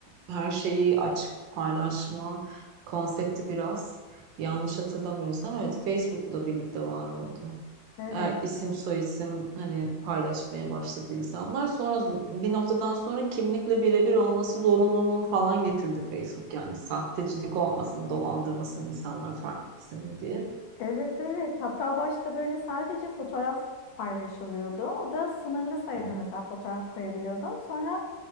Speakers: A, on the right; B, on the left.
A: her şeyi açık paylaşma konsepti biraz yanlış hatırlamıyorsam evet Facebook'la birlikte var oldu.
B: evet.
A: Eğer isim soyisim hani paylaşmaya başladı insanlar sonra zo- bir noktadan sonra kimlikle birebir olması zorunluluğu falan getirdi Facebook yani sahtecilik olmasın dolandırmasın insanlar farklı isimli diye.
B: Evet evet. Hatta başta böyle sadece fotoğraf paylaşılıyordu. O da sınırlı sayıda
A: Ben-
B: mesela fotoğraf koyabiliyordun. Sonra